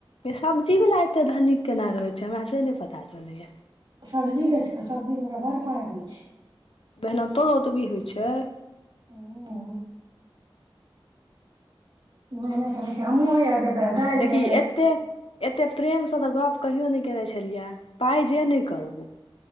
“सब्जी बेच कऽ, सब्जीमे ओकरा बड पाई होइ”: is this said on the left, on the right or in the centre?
Right